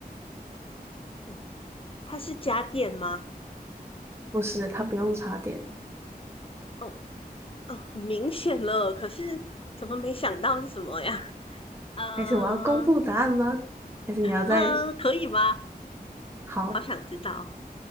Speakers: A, on the left (about 35°); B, on the right (about 15°).
A: 嗯，它是家电吗？
B: 不是，它不用插电，
A: 哦，哦，很明显了，可是怎么没想到是什么呀？<laughs> 呃，
B: 还是我要公布答案吗？还是你要在，
A: 呃，可以吗？
B: 好，
A: 好想知道